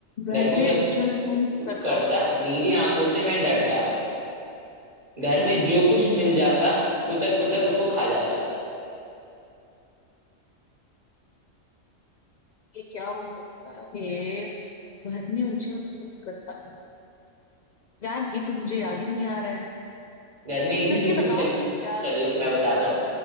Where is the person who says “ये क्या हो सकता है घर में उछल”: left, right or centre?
Left